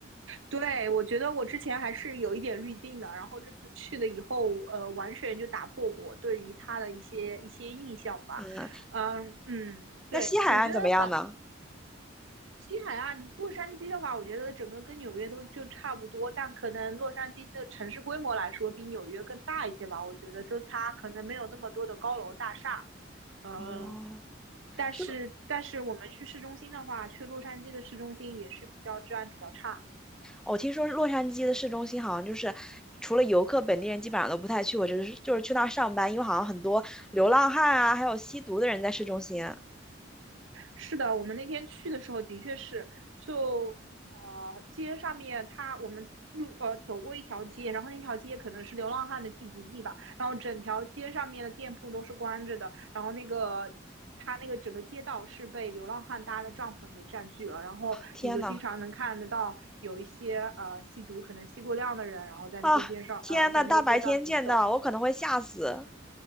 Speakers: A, on the right; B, in the centre.
A: 对，我觉得我之前还是有一点滤镜的，然后这次去了以后，呃，完全就打破我对于它的一些一些印象吧。
B: 嗯，
A: 嗯嗯，
B: 那西海岸怎么样呢？
A: 对，我觉得反西海岸洛杉矶的话，我觉得整个跟纽约都就差不多，但可能洛杉矶的城市规模来说比纽约更大一些吧。我觉得就它可能没有那么多的高楼大厦，嗯，
B: 哦，
A: 但是但是我们去市中心的话，
B: 是。
A: 去洛杉矶的市中心也是比较治安比较差。
B: 我听说洛杉矶的市中心好像就是除了游客，本地人基本上都不太去过，我就是就是去那儿上班，因为好像很多流浪汉啊，还有吸毒的人在市中心。
A: 是的，我们那天去的时候的确是，就呃街上面它我们路呃走过一条街，然后那条街可能是流浪汉的聚集地吧，然后整条街上面的店铺都是关着的，然后那个它那个整个街道是被流浪汉搭的帐篷给占据了，然后你就经常能看得到有一些呃吸毒可能吸过量的人，
B: 天呐，
A: 然后在那些街上呃在那些街上行走，
B: 啊，天呐，大白天见到我可能会吓死